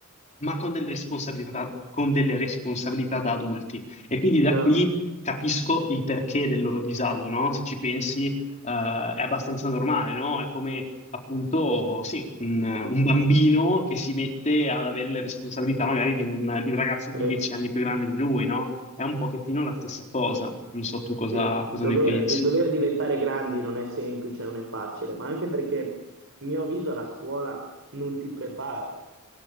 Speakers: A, on the left (about 35°); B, on the right (about 60°).
A: ma con delle responsabilità, con delle responsabilità da adulti. E quindi da
B: chiaro,
A: qui capisco il perché del loro disagio, no? Se ci pensi, eh, è abbastanza normale, no? È come appunto, sì, un, un bambino che si mette ad avere le responsabilità magari di un, di un ragazzo di
B: sì.
A: 10 anni più grande di lui, no? È un pochettino la stessa cosa. Non so tu cosa,
B: Sì, il
A: cosa
B: dover,
A: ne pensi.
B: il dover diventare grandi non è semplice, non è facile, ma anche perché, a mio avviso, la scuola non ti prepara